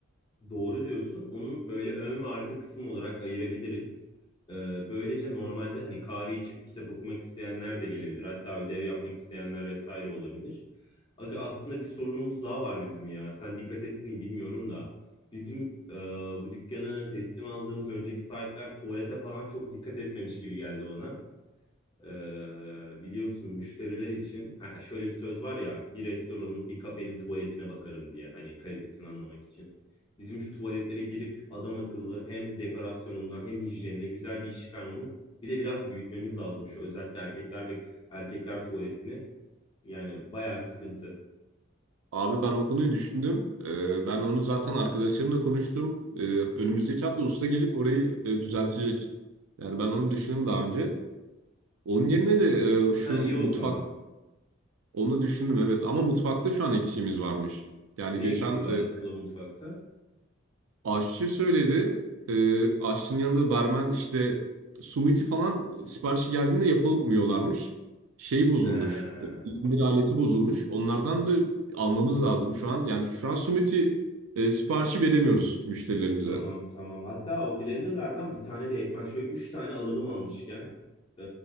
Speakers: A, on the left; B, on the right.
A: Doğru diyorsun. Onun böyle ön ve arka kısım olarak ayırabiliriz. Ee, böylece normalde hani kahve içip kitap okumak isteyenler de gelebilir. Hatta ödev yapmak isteyenler vesaire olabilir. Aga aslında bir sorunumuz daha var bizim ya. Sen dikkat ettin mi bilmiyorum da. Bizim e, bu dükkanı teslim aldığımız önceki sahipler tuvalete falan çok dikkat etmemiş gibi geldi bana. Ee, biliyorsun müşteriler için ha, şöyle bir söz var ya bir restoranın bir kafenin tuvaletine bakarım diye hani kalitesini anlamak için. Bizim şu tuvaletlere girip adam akıllı hem dekorasyonundan hem hijyenine güzel bir iş çıkarmamız bir de biraz büyütmemiz lazım şu özellikle erkekler ve erkekler tuvaletini yani bayağı bir sıkıntı.
B: Abi ben o konuyu düşündüm. Ee, ben onu zaten arkadaşlarımla konuştum. Ee, önümüzdeki hafta usta gelip orayı e, düzeltecek. Yani ben onu düşündüm daha önce. Onun yerine de e, şu
A: Ha iyi o
B: mutfak
A: zaman.
B: onu düşündüm evet ama mutfakta şu an eksiğimiz varmış. Yani
A: Ne
B: geçen
A: eksiği var
B: e,
A: la mutfakta?
B: Aşçı söyledi. Ee, aşçının yanında barmen işte sumiti falan siparişi geldiğinde yapamıyorlarmış. Şeyi bozulmuş.
A: He.
B: O indir aleti bozulmuş. Onlardan da almamız lazım şu an. Yani şu an sumiti e, siparişi veremiyoruz müşterilerimize.
A: Tamam tamam. Hatta o blenderlardan bir tane de yetmez. Şöyle üç tane alalım almışken. Ee,